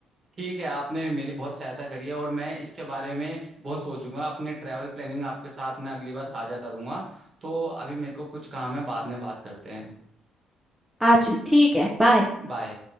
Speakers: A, on the right (about 35°); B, in the centre.
A: ठीक है आपने मेरी बहुत सहायता करी है और मैं इसके बारे में बहुत सोचूंगा अपने ट्रैवल प्लानिंग आपके साथ मैं अगली बार साझा करूंगा तो अभी मेरे को कुछ काम है बाद में बात करते हैं
B: अच्छा ठीक है बाय
A: बाय